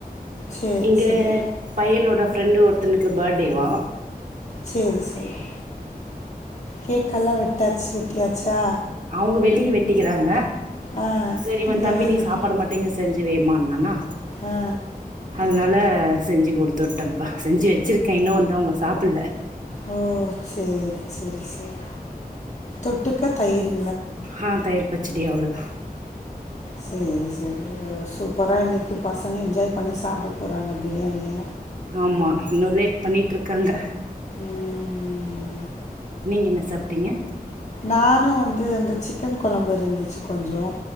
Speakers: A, on the left; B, on the right.
A: சரி
B: இங்க
A: சரி
B: பையனோட ஃப்ரெண்டு ஒருத்தனுக்கு பர்த்டே வா
A: செரி செரி கேக்ல்லாம் வெட்டாச் ட்டியாச்சா
B: அவுங்க வெளிய வெட்டிக்கிறாங்க
A: ஆ
B: செரிவன்
A: இங்கே
B: தம்பி
A: வரு
B: நீ சாப்பாடு மட்டு இங்க செஞ்சு வைமான்னானா
A: ஆ
B: அதுனால அ செஞ்சு குடுத்து வுட்டம்ப்பா செஞ்சு வச்சிருக்கே இன்னு வந்து அவுங்க சாப்புட்ல
A: ஓ சேரி சேரி சேரி தொட்டுக்க தயிரு
B: ஹ தயிர் பச்சடி அவ்ளதா
A: சேரி சேரி சூப்பரா இன்னக்கி பசங்க என்ஜாய் பண்ணி சாப்ட போறாங்க பிரியாணிய
B: ஆமா இன்னு லேட் பண்ணிட்ருக்காங்க
A: ம்
B: நீங்க என்ன சாப்டீங்க
A: நானு வந்து இந்த சிக்கன் கொழம்பு இருந்துச்சு கொஞ்சொ